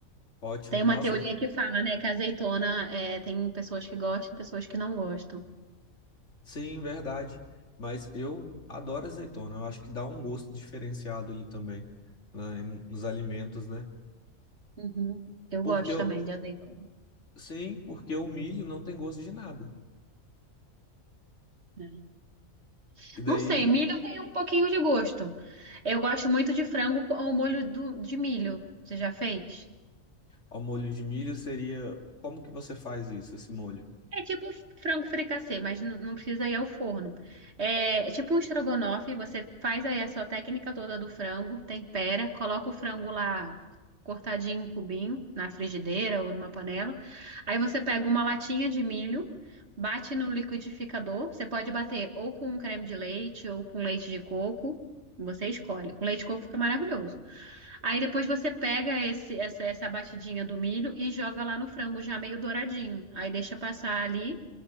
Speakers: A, on the left; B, on the right.
A: Ótimo.
B: Tem
A: Nossa,
B: uma teoria que fala, né, que a azeitona é, tem pessoas que gostam e pessoas que não gostam.
A: Sim, verdade. Mas eu adoro azeitona. Eu acho que dá um gosto diferenciado ali também, né, em- nos alimentos, né?
B: Uhum. Eu
A: Porque
B: gosto
A: eu,
B: também de azeitona.
A: sim, porque o milho não tem gosto de nada.
B: É.
A: E daí,
B: Não sei, milho tem um pouquinho de gosto. Eu gosto muito de frango com o molho do- de milho. Você já fez?
A: ao molho de milho seria, como que você faz isso, esse molho?
B: É tipo frango fricassê, mas n- não precisa ir ao forno. É, é tipo um estrogonofe, você faz aí a sua técnica toda do frango, tempera, coloca o frango lá cortadinho em cubinho, na frigideira ou numa panela. Aí você pega uma latinha de milho, bate no liquidificador. Você pode bater ou com um creme de leite ou com leite de coco, você escolhe. Com leite de coco fica maravilhoso. Aí depois você pega esse, essa, essa batidinha do milho e joga lá no frango já meio douradinho. Aí deixa passar ali.